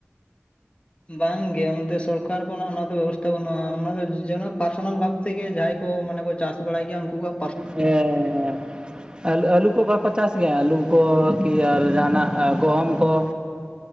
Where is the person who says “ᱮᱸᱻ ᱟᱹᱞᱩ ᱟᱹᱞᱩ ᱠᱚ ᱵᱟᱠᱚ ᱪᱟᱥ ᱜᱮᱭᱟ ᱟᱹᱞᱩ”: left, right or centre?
Right